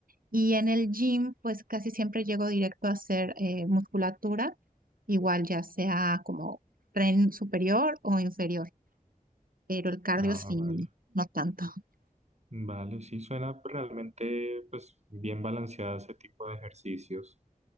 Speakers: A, on the right (about 80°); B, on the right (about 50°).
A: Y en el gym, pues casi siempre llego directo a hacer eh, musculatura, igual ya sea como tren superior o inferior, pero el cardio
B: Ah,
A: sí,
B: vale.
A: no tanto. <laughs>
B: Vale, sí suena pues, realmente pues bien balanceada ese tipo de ejercicios.